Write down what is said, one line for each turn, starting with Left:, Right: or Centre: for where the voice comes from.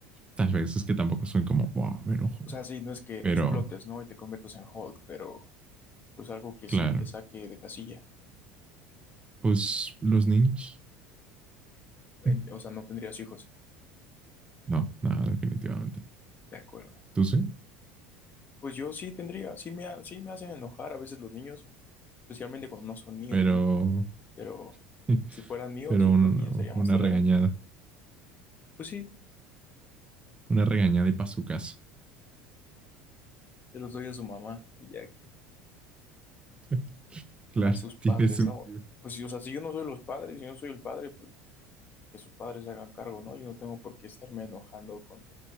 Right: Tal vez es que tampoco soy como, wow, me enojo.
Left: O sea, sí, no es que explotes,
Right: Pero,
Left: ¿no? Y te conviertas en Hulk, pero pues algo que
Right: claro,
Left: sí te saque de casilla.
Right: pues los niños.
Left: En-
Right: <laughs>
Left: o sea, no tendrías hijos,
Right: No, nada, definitivamente.
Left: de acuerdo.
Right: Tú sí,
Left: Pues yo sí tendría, sí me, ha- sí me hacen enojar a veces los niños, especialmente cuando no son míos,
Right: pero,
Left: ¿no? Pero
Right: <laughs>
Left: si fueran míos,
Right: pero
Left: yo
Right: un-
Left: creo que ya sería más
Right: una
Left: tolerante.
Right: regañada,
Left: Pues sí,
Right: una regañada y pa' su casa.
Left: Se los doy a su mamá y ya que
Right: <laughs> Claro,
Left: a sus padres,
Right: tiene sentido.
Left: ¿no? Pues si, o sea, si yo no soy los padres, si yo no soy el padre, pues que sus padres se hagan cargo, ¿no? Yo no tengo por qué estarme enojando con